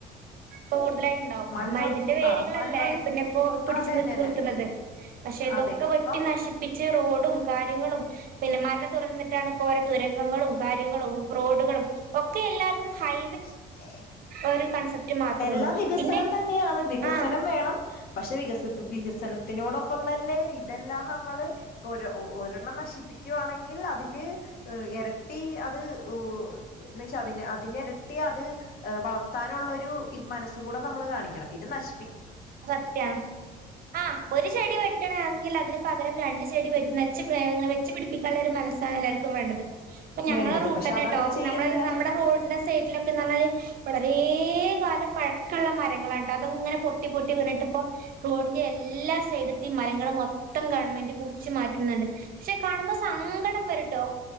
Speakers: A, on the right; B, on the left.
A: കൂടുതലായിട്ടുണ്ടാവും
B: മണ്ണൊ
A: അമ്മയുടെ വേരുകളല്ലേ
B: ആ മണ്ണൊലി
A: പിന്നപ്പോ പിടിച്ചു
B: ആ അതന്നെന്നെ
A: നിർത്തുന്നത് പക്ഷെ ഇതൊക്കെ
B: അതെ
A: വെട്ടി
B: അപ്പം
A: നശിപ്പിച് കാര്യങ്ങളും പിന്നെ മല തുറന്നിട്ടാണ് ഇപ്പോ ഓരോ തുരങ്കങ്ങളും കാര്യങ്ങളും റോഡുകളും ഒക്കെ എല്ലാവർക്കും ഹൈ
B: <unintelligible>
A: ഒരു കൺസെപ്റ്റ് മാത്രേ
B: എല്ലാം
A: ഉള്ളൂ
B: വികസനം
A: പിന്നെ
B: തന്നെയാണ് വികസനം
A: ആഹ്
B: വേണം പക്ഷെ വികസ വിക വികസനത്തിനോടപ്പം തന്നെ ഇതെല്ലാം നമ്മള് ഒരു ഒരെണ്ണം നശിപ്പിക്കവാണെങ്കില് അതില് ഇരട്ടി അത് എന്ന വെച്ചാ അതിന്റെ ഇരട്ടി വളർത്താനുള്ളൊരു മനസ്സും കൂടെ നമ്മള് കാണിക്കണം ഇത് നശി
A: സത്യാണ് ആ ഒരു ചെടി വെട്ടണെങ്കിൽ അതിന് പകരം രണ്ട് ചെടി വെ <unintelligible> വ വെച്ച് പിടിപ്പിക്കാനുള്ള ഒരു മനസാണ് എല്ലാവർക്കും വേണ്ടത് ഞങ്ങളെ
B: വേണ്ടത്
A: റൂട്ട്ന്നെട്ടോ
B: പക്ഷെ അതങ്ങനെ ചെയ്യുന്നില്ല
A: നമ്മള് നമ്മടെ റോഡിന്റെ സൈഡിലൊക്കെ നമ്മള് വളരെ കാലം പഴക്കള്ള മരങ്ങളാണ്ട്ട്ട അതിങ്ങനെ പൊട്ടി പൊട്ടി വീണിട്ടിപ്പോ റോഡിന്റെ എല്ലാ സൈഡിത്തെ മരങ്ങളുമൊത്തം ഗവണ്മെന്റ് പുടിച്ചു മാറ്റുന്നുണ്ട് പക്ഷെ കാണുമ്പോ സങ്കടം വരുംട്ടാ